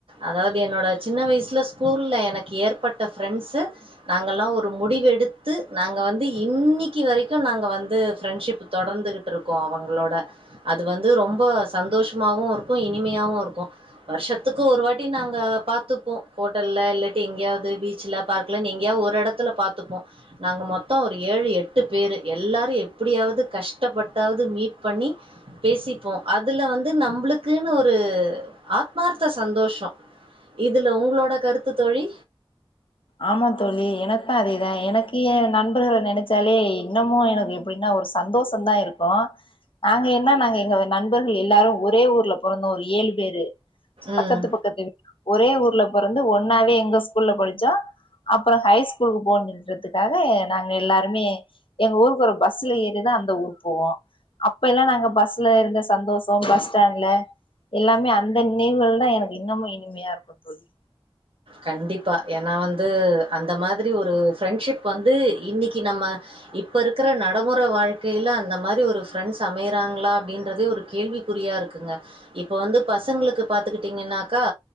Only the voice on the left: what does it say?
ஆமா தோழி எனக்கு அதேதா எனக்கு ஏ நண்பர்கள நெனைச்சாலே இன்னமு எனக்கு எப்டின்னா ஒருஸ் சந்தோஷம்தா இருக்கு நாங்க என்ன நாங்க எங்க நண்பர்கள் எல்லாரு ஒரே ஊர்ல பொறந்தோ ஒரு ஏழு பேரு பக்கத்து
பக்கத்து ஒரே ஊர்ல பொறந்து ஒன்னாவே எங்க ஸ்கூல்ல படிச்சோ அப்பற ஹை ஸ்கூலுக்கு போன்னுறதுக்காக நாங்க எல்லாருமே எங்க ஊருக்கு ஒரு பஸ்ல ஏறிதா அந்த ஊர் போவோ அப்ப எல்லா நாங்க பஸ்ல இருந்த சந்தோஷ பஸ் ஸ்டாண்ட்ல எல்லாமே அந்த நினைவுகள் தா எனக்கு இன்னமு இனிமையா இருக்கு தோழி